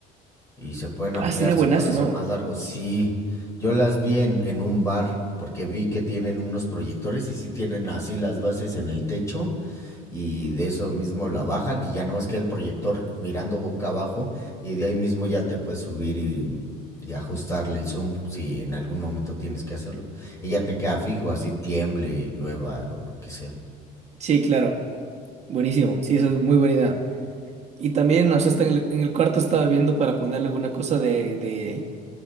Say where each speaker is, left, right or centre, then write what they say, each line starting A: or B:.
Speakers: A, on the left; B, on the right.
A: y se pueden ampliar,
B: Ah, sería
A: se
B: buenazo,
A: pueden hacer
B: ¿no?
A: más largos. Sí, yo las vi en, en un bar porque vi que tienen unos proyectores y sí tienen así las bases en el techo y de eso mismo la bajan y ya nada más que el proyector mirando boca abajo y de ahí mismo ya te puedes subir y, y ajustarle el zoom si en algún momento tienes que hacerlo. Y ya te queda fijo, así tiemble, llueva o lo que sea.
B: Sí, claro. Buenísimo. Sí, esa es muy buena idea. Y también, o sea, está en el, en el cuarto estaba viendo para ponerle alguna cosa de, de,